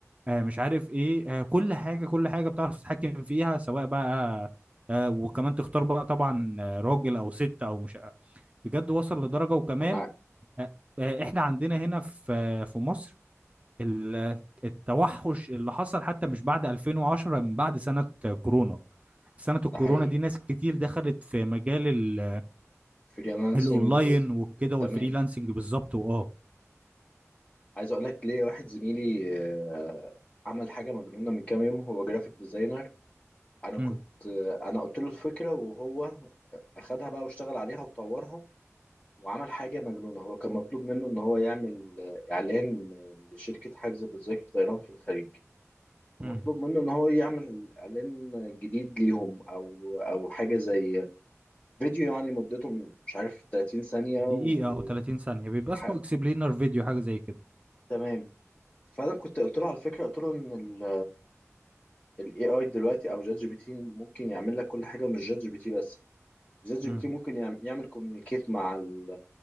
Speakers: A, on the right (about 25°); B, on the left (about 25°).
A: آه، مش عارف ايه آه، كل حاجه كل حاجه بتعرف تتحكم فيها سواء بقى آه، وكمان تختار بقى طبعا آه، راجل او ست او مش بجد وصل لدرجه وكمان
B: انا
A: آه، آه، احنا عندنا هنا في في مصر ال- التوحش اللي حصل حتى مش بعد 2010 من بعد سنة كورونا سنة الكورونا
B: ده حقيقي
A: دي ناس كتير دخلت في مجال ال-
B: فريلانسنج
A: الاونلاين
B: و...
A: وكده والفريلانسنج
B: تمام
A: بالظبط واه
B: عايز اقول لك ليه واحد زميلي آه، عمل حاجه مجنونه من كام يوم هو جرافيك ديزاينر انا كنت
A: امم
B: آه، انا قلت له الفكره وهو اخدها بقى واشتغل عليها وطورها وعمل حاجه مجنونه هو كان مطلوب منه ان هو يعمل آه، اعلان آه، لشركه حجز تذاكر طيران في الخليج مطلوب
A: امم
B: منه ان هو يعمل اعلان جديد ليهم او او حاجه زي فيديو يعني مدته مش عارف 30 ثانيه
A: دقيقة
B: و
A: او 30 ثانية بيبقى
B: ح-
A: اسمه اكسبلينر فيديو حاجة زي كده
B: تمام فانا كنت قلت له على فكره قلت له ان ال الاي اي دلوقتي او جات جي بي تي ممكن يعمل لك كل حاجه مش جات جي بي تي بس جات جي
A: امم
B: بي تي ممكن يعم- يعمل كوميونيكيت مع ال